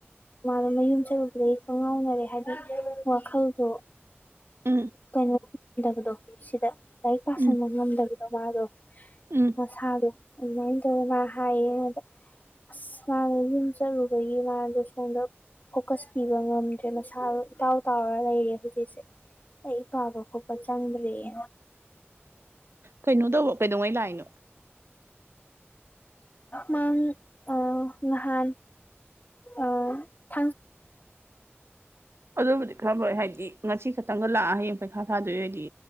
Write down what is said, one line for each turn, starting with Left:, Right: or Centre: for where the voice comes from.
Left: ꯃꯥꯔꯣ ꯃꯌꯨꯝ ꯆꯠꯂꯨꯕꯗꯒꯤ ꯈꯪ ꯉꯥꯎꯅꯔꯦ ꯍꯥꯏꯕꯗꯤ ꯋꯥꯈꯜꯗꯣ꯫
Right: ꯎꯝ
Left: ꯀꯩꯅꯣ ꯈꯪꯗꯕꯗꯣ ꯁꯤꯗ ꯂꯥꯏꯔꯤꯛ ꯄꯥꯥꯁꯟꯕ
Right: ꯎꯝ
Left: ꯉꯝꯗꯕꯤꯗꯣ ꯋꯥꯗꯣ
Right: ꯎꯝ
Left: ꯃꯁꯥꯗꯣ꯫ ꯑꯗꯨꯃꯥꯏꯅ ꯇꯧꯋꯦ ꯃꯥ ꯍꯥꯏꯌꯦ ꯑꯗ ꯑꯁ ꯃꯥꯅ ꯌꯨꯝ ꯆꯠꯂꯨꯕꯒꯤ ꯃꯥꯗꯣ꯫ ꯈꯣꯡꯗ ꯐꯣꯀꯁ ꯄꯤꯕ ꯉꯝꯗ꯭ꯔꯦ ꯃꯁꯥ ꯏꯇꯥꯎ ꯇꯥꯎꯔ ꯂꯩꯔꯦ ꯍꯧꯖꯤꯛꯁꯦ꯫ ꯂꯥꯏꯔꯤꯛꯄꯥꯕ ꯈꯣꯠꯄ ꯆꯪꯗ꯭ꯔꯦꯌꯦ꯫
Right: ꯀꯩꯅꯣ ꯇꯧꯕ ꯀꯩꯗꯧꯉꯩ ꯂꯥꯛꯏꯅꯣ꯫
Left: ꯃꯥꯡ ꯑ ꯉꯍꯥꯟ ꯑ ꯊꯥꯡ
Right: ꯑꯗꯨꯕꯨꯗꯤ ꯈꯔ ꯐꯩ ꯍꯥꯏꯗꯤ ꯉꯁꯤ ꯈꯛꯇꯪꯒ ꯂꯥꯛꯑ ꯍꯌꯦꯡ ꯄꯩꯈꯥ ꯊꯥꯗꯣꯏ ꯑꯣꯏꯗꯤ꯫